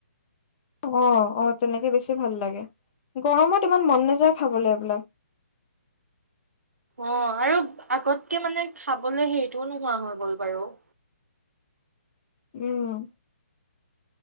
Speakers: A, on the left; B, on the right.
A: অ' অ' তেনেকে বেছি ভাল লাগে গৰমত ইমান মন নেযায় খাবলৈ এইবিলাক।
B: অহ' আৰু আগতকে মানে খাবলে হেৰিটোও নোহোৱা হৈ গ'ল বাৰু।
A: উম।